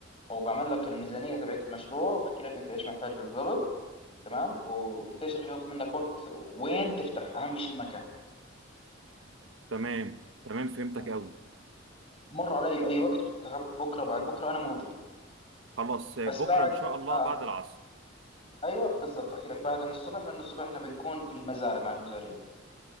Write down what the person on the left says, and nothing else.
وبعمل لك الميزانية تبعت المشروع وبحكي لك أنت إيش محتاج بالضبط تمام والتشريح هياخد منك وقت وين تفتح اهم شيء المكان
آه.
مر علي باي وقت بتح- بكره بعد بكره انا موجود
بس
بعد
آه.
ايوه بالضبط احكي لك بعد عن الصبح لان الصبح احنا بنكون في المزارع مع المزارعين